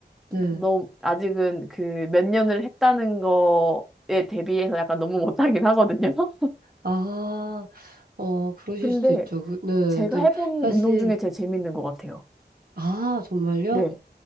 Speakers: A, on the right (about 55°); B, in the centre.
A: 네.
B: 너무, 아직은 그 몇 년을 했다는 거에 대비해서 약간 너무 못하긴 하거든요. <laughs>
A: 아, 어, 그러실
B: 근데
A: 수도 있죠. 그, 네,
B: 제가
A: 또,
B: 해본
A: 사실,
B: 운동 중에 제일 재밌는 것 같아요.
A: 아, 정말요?
B: 네.